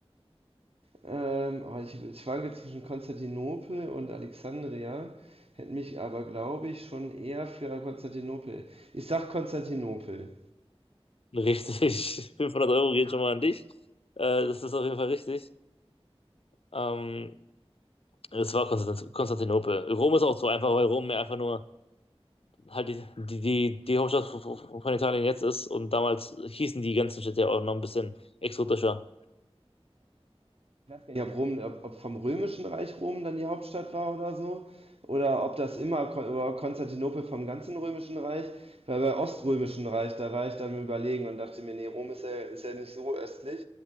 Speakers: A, on the right; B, on the left.
A: Ähm, aber ich, ich schwanke zwischen Konstantinopel und Alexandria, hätte mich aber, glaube ich, schon eher für Konstantinopel. Ich sag Konstantinopel.
B: Richtig. <laughs> 500 Euro geht schon mal an dich. Äh, das ist auf jeden Fall richtig. Ähm, es war Konstant Konstantinopel. Rom ist auch so einfach, weil Rom ja einfach nur halt die, die, die, die Hauptstadt von von- von Italien jetzt ist. Und damals hießen die ganzen Städte ja auch noch ein bisschen exotischer.
A: Ja, ob Rom, ob, ob vom römischen Reich Rom dann die Hauptstadt war oder so, oder ob das immer Kon oder Konstantinopel vom ganzen römischen Reich, weil bei oströmischen Reich, da war ich dann im überlegen und dachte mir, nee, Rom ist ja, ist ja nicht so östlich.